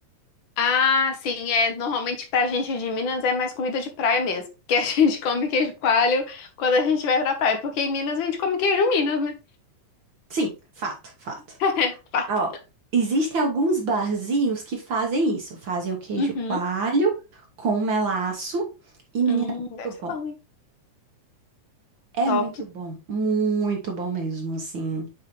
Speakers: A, on the left; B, on the right.
A: Ah, sim, é normalmente pra gente de Minas é mais comida de praia mesmo, que a <laughs> gente come queijo coalho quando a gente vai pra praia, porque em Minas a gente come queijo Minas, né?
B: Sim, fato, fato.
A: <laughs> É, Fato.
B: Ah, Ó, existem alguns barzinhos que fazem isso. Fazem o queijo
A: Uhum.
B: coalho com melaço. E, menina,
A: Hum,
B: é
A: deve
B: muito
A: ser
B: bom.
A: bom,
B: É
A: Top.
B: muito bom. Muito bom mesmo, assim.